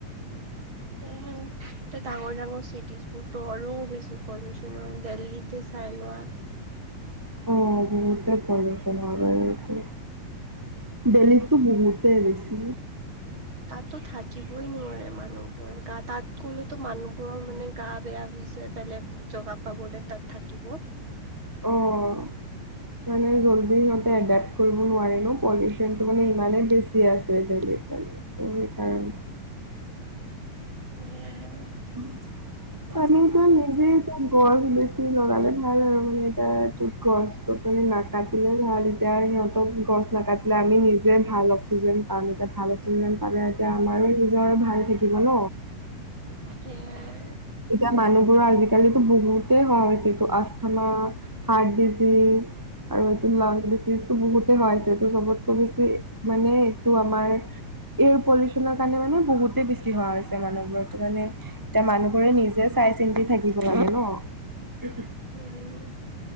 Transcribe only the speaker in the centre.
অ বহুতে পলিউশ্যন হয় বাৰুতে। দিল্লীত টো বহুতে বেছি।
অ', মানে জলদি সিহঁতে এডাপ্ট কৰিব নোৱাৰে ন। পলিউশ্যনটো মানে ইমানেই বেছি আছে দিল্লীত সেইকাৰণে।
<unintelligible> পানীটো নিজে এতিয়া গছ বেছি লগালে ভাল আৰু, মানে এতিয়া এইটো গছ - গছনি নাকাটিলে ভাল। এতিয়া সিহঁতক, গছ নাকাটিলে আমি নিজে ভাল অক্সিজেন পাম। এতিয়া ভাল - অক্সিজেন পালে এতিয়া আমাৰো নিজৰ থাকিব ন।
এতিয়া মানুহবোৰৰ আজিকালিটো বহুতেই হোৱা হৈছে, এইটো আস্থামা - হাৰ্ট ডিচিজ আৰু এইটো লাং ডিচিজটো বহুতে হোৱা হৈছে। এইটো চবত - কমিছিল, মানে এইটো আমাৰ, এয়াৰ পলিউশ্যনৰ কাৰণে মানে বহুতে বে ছি হোৱা হৈছে মানুহবোৰৰ, এইটো মানে এতিয়া মানুহবোৰে নিজে চা চাই চিন্তি থাকিব লাগে ন?